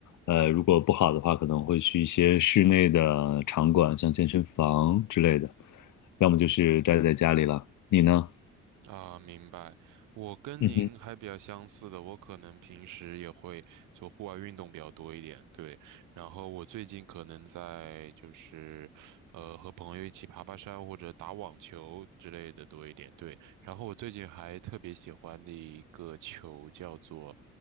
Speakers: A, on the left; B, on the right.
A: 呃，如果不好的话，可能会去一些室内的场馆，像健身房之类的，要么就是待在家里了。你呢？
B: 啊，明白。我跟您还比较相似的，
A: 嗯哼
B: 我可能平时也会做户外运动比较多一点，对。然后我最近可能在就是，呃，和朋友一起爬爬山或者打网球之类的多一点，对。然后我最近还特别喜欢的一个球叫做，